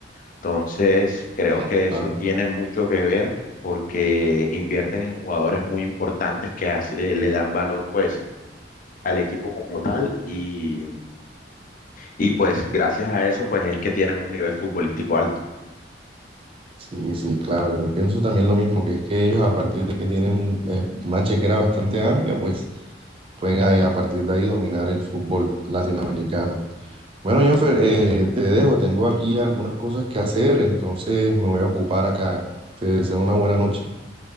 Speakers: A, on the left (about 45°); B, on the right (about 30°).
A: Entonces, creo
B: Claro,
A: que
B: claro.
A: eso tiene mucho que ver porque invierten en jugadores muy importantes que hace- le dan valor pues al equipo como tal y, y pues gracias a eso pues es que tienen un nivel futbolístico alto.
B: Sí, sí, claro, yo pienso también lo mismo, que es que ellos a partir de que tienen eh, una chequera bastante amplia, pues pueden ahí- a partir de ahí dominar el fútbol latinoamericano. Bueno, Jonfer, eh, te dejo, tengo aquí algunas cosas que hacer, entonces me voy a ocupar acá. Te deseo una buena noche.